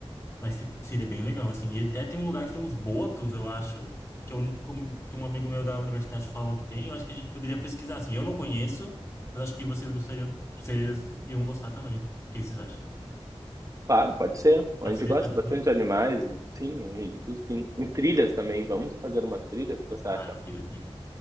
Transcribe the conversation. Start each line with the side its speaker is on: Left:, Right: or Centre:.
Left: vai ser, seria bem legal, assim. E até tem um lugar que tem uns botos, eu acho, que, eu, como- que um amigo meu da universidade falou que tem, eu acho que a gente poderia pesquisar, assim. Eu não conheço, mas acho que vocês gostariam, vocês iam gostar também. O que vocês acham?
Right: Claro, pode ser. A
Left: Pode
Right: gente
Left: ser?
Right: gosta
Left: Pode
Right: bastante
Left: ser?
Right: de animais, sim, é isso sim. Em trilhas também, vamos fazer umas trilhas, o que você acha?
Left: Ah, trilha tem.